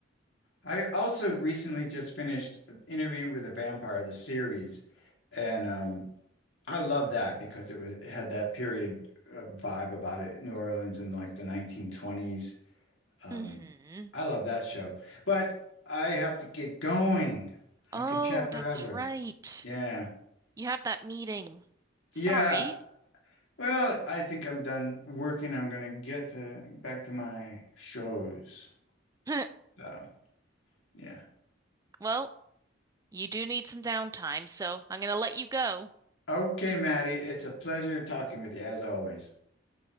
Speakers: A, on the left; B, on the right.
A: I also recently just finished Interview with a Vampire, the series, and um I love that because it, was, it had that period uh, vibe about it, New Orleans in like the 1920s. Um
B: hmm
A: I love that show. But I have to get going.
B: Oh,
A: I could chat forever.
B: that's right.
A: Yeah.
B: You have that meeting. Sorry.
A: Yeah, Well, I think I'm done working. I'm gonna get to back to my shows.
B: <laughs>
A: So, yeah.
B: Well, you do need some downtime, so I'm gonna let you go.
A: Okay, Maddie, it's a pleasure talking with you as always.